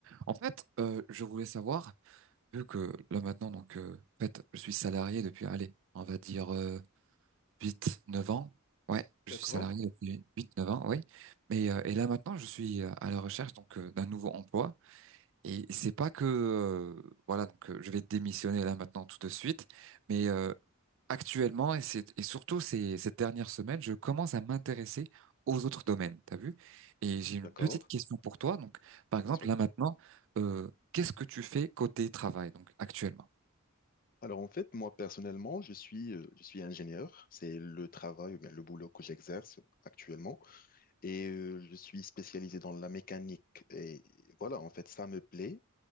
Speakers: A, on the right (about 60°); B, on the left (about 40°).
A: En fait, euh, je voulais savoir, vu que là maintenant, donc, euh, en fait, je suis salarié depuis, allez, on va dire euh, 8, 9 ans. Ouais, je
B: D'accord,
A: suis salarié depuis 8 9 ans, oui. Mais, euh, et là maintenant, je suis euh, à la recherche donc euh, d'un nouveau emploi. Et c'est pas que euh, voilà donc euh, je vais démissionner là maintenant tout de suite, mais euh, actuellement et c'est et surtout ces cette dernière semaine, je commence à m'intéresser aux autres domaines, t'as vu? Et j'ai une
B: d'accord,
A: petite question pour toi. Donc par exemple
B: bien sûr.
A: là maintenant, euh, qu'est-ce que tu fais côté travail donc actuellement?
B: Alors en fait, moi personnellement, je suis, euh, je suis ingénieur. C'est le travail, ou bien le boulot que j'exerce actuellement. Et euh, je suis spécialisé dans la mécanique. Et voilà, en fait, ça me plaît